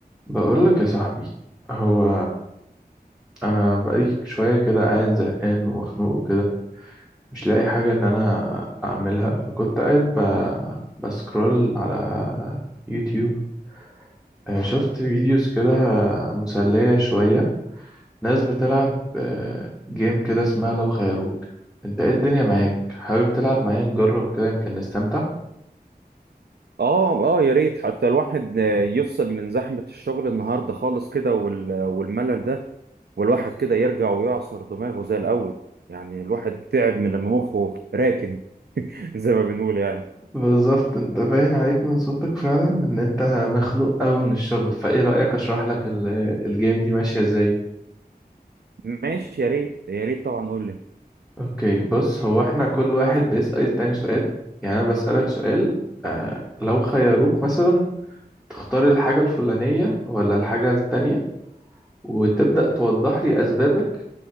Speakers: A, in the centre; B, on the right.
A: بقول لك يا صاحبي هو انا بقالي شويه كده قاعد زهقان ومخنوق وكده مش لاقي حاجه ان انا اعملها فكنت قاعد ب... بسكرول على يوتيوب آه، شفت فيديوز كده مسليه شويه ناس بتلعب آه، جيم كده اسمها لو خيروك انت ايه الدنيا معاك حابب تلعب معايا نجرب كده يمكن نستمتع
B: اه اه يا ريت حتى الواحد آه، يفصل من زحمة الشغل النهاردة خالص كده وال- والملل ده والواحد كده يرجع ويعصر دماغه زي الأول يعني الواحد تعب من لما مخه راكن <laughs> زي ما بنقول يعني
A: بالظبط انت باين عليك من صوتك فعلا ان انت مخنوق قوي من الشغل فايه رأيك اشرح لك ال- الجيم دي ماشية ازاي
B: ماشي يا ريت يا ريت طبعا قول لي
A: اوكي بص هو احنا كل واحد بيسأل التاني سؤال يعني انا بسألك سؤال آه لو خيروك مثلا تختار الحاجة الفلانية ولا الحاجة التانية وتبدأ توضح لي اسبابك